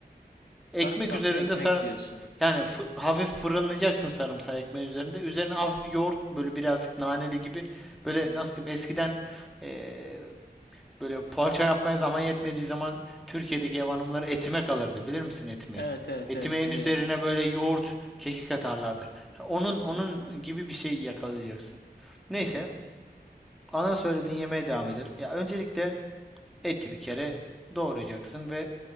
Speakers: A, on the left; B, in the centre.
A: Sarımsaklı
B: Ekmek üzerinde
A: ekmek
B: sar
A: diyorsun.
B: yani fı- hafif fırınlayacaksın sarımsağı ekmeğin üzerinde. Üzerine hafif yoğurt böyle birazcık naneli gibi böyle
A: Hı hı.
B: nasıl diyeyim eskiden eee, böyle poğaça yapmaya zaman yetmediği zaman Türkiye'deki ev hanımları etime kalırdı. Bilir misin etimeyi?
A: Evet evet
B: Etimeğin
A: evet biliyorum.
B: üzerine böyle yoğurt, kekik atarlardı. Ha, Onun onun
A: Hı hı.
B: gibi bir şey yakalayacaksın. Neyse,
A: Hı hı.
B: ana söylediğin yemeğe devam edelim. Ya öncelikle eti bir kere doğrayacaksın ve